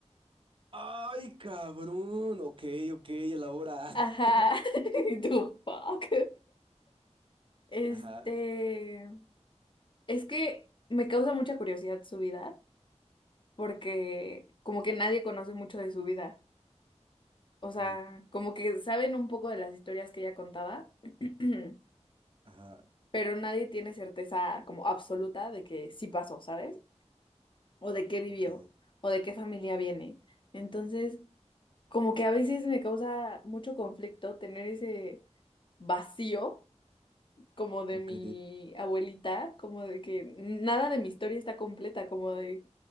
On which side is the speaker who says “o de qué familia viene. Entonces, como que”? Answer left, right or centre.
Left